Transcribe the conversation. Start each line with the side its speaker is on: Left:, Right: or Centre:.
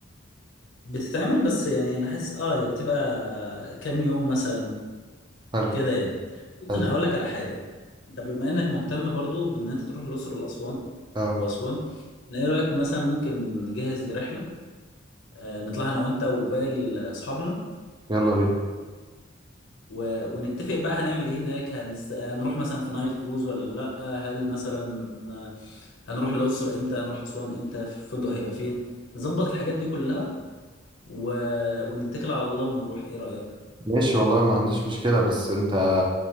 Left: بتتعمل بس يعني انا حاسس اه هي بتبقى كام يوم مثلا
Right: حلو
Left: كده يعني بس
Right: حلو
Left: انا هقول لك على حاجه انت بما انك مهتم برضه بان انت تروح الاقصر والاسوان
Right: اه
Left: واسوان ايه رايك مثلا ممكن نجهز لرحله آه، نطلع انا وانت وباقي ال- اصحابنا
Right: يلا بينا
Left: و... ونتفق بقى هنعمل ايه هناك هنس... هنروح مثلا في نايل كروز ولا لا هل مثلا هنروح الاقصر امتى هنروح اسوان امتى في الفندق هيبقى فين نظبط الحاجات دي كلها و... ونتكل على الله ونروح ايه رأيك
Right: ماشي والله ما عنديش مشكلة بس انت